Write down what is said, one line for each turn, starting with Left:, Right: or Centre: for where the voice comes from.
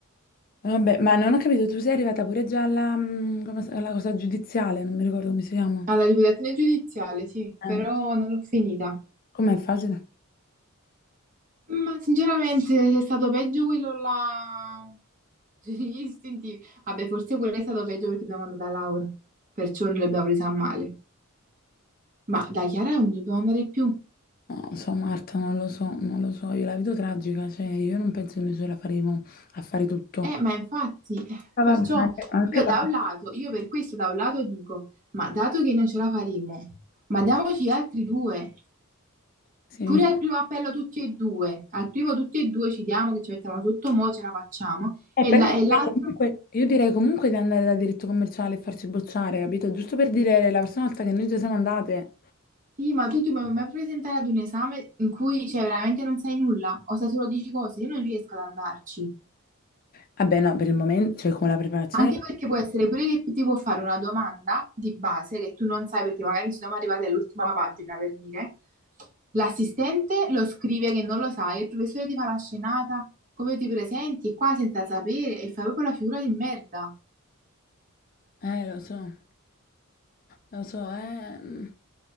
Left: Vabbè, ma non ho capito, tu sei arrivata pure già alla, mm, come si- alla cosa giudiziale, non mi ricordo come si chiama.
Right: alla liquidazione giudiziale, sì,
Left: Eh,
Right: però non l'ho finita.
Left: Com'è facile?
Right: Ma sinceramente è stato peggio quello là <laughs> sugli istintivi. Vabbè, forse quello è stato peggio perché abbiamo andata a Laura, perciò non l'abbiamo presa a male. Ma da Chiara non dobbiamo andare più.
Left: No, Non lo so, Marta, non lo so, non lo so, io la vedo tragica, cioè io non penso che noi ce la faremo a fare tutto.
Right: Eh, ma infatti, eh,
Left: Ma
Right: perciò
Left: vabbè, ma che, ma che
Right: io
Left: va?
Right: da un lato, io per questo da un lato dico, ma dato che non ce la faremo, ma diamoci gli altri due,
Left: Sì, infatti.
Right: Pure al primo appello tutti e due, al primo tutti e due ci diamo che ci mettiamo sotto, mo ce la facciamo,
Left: Eh,
Right: e
Left: però
Right: la-
Left: io
Right: e
Left: direi
Right: l'altro,
Left: comunque, io direi comunque di andare da diritto commerciale e farci bocciare, capito? Giusto per dire la prossima volta che noi già siamo andate.
Right: sì, ma tu ti puoi mai presentare ad un esame in cui, cioè, veramente non sai nulla, o sai solo 10 cose, io non riesco ad andarci.
Left: Vabbè, no, per il momento, cioè con la preparazione...
Right: Anche perché può essere pure che ti può fare una domanda di base che tu non sai perché magari siamo arrivati all'ultima pagina, per dire, l'assistente lo scrive che non lo sai, il professore ti fa la scenata, come ti presenti qua senza sapere, e fai proprio la figura di merda.
Left: Eh, lo so, lo so, eh. mm.